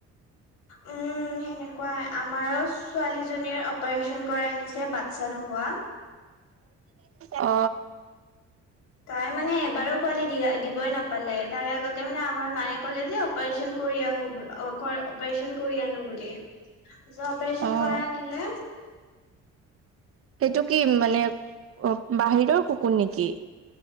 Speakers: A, on the left; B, on the right.
A: উম সেনেকুৱাই। আমাৰ ছোৱালী জনীৰ অপাৰচন কৰাই আনিছে বাচ্ছা নোহোৱা।
B: অ।
A: তাই মানে এবাৰো পোৱালি দা দিবই নাপালে, তাৰ আগতে মানে আমাৰ মায়ে ক'লে যে অপ অপাৰচন কৰি আহো অ' অপাৰচন কৰি আনো বুলি। পিছত অপাৰচন
B: অ'।
A: কৰাই আনিলে।
B: সেইটো কি মানে বাহিৰৰ কুকুৰ নেকি?